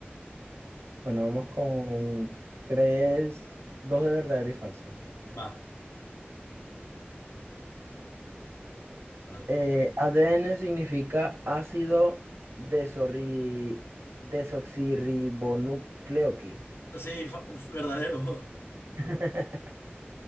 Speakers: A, on the right; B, on the left.
A: Bueno, vamos con tres, dos de verdadero y falso.
B: <laughs> Va, dale.
A: Eh, ADN significa ácido desorri- desoxirribonucleoqui.
B: Sí, fa- es verdadero.
A: <laughs>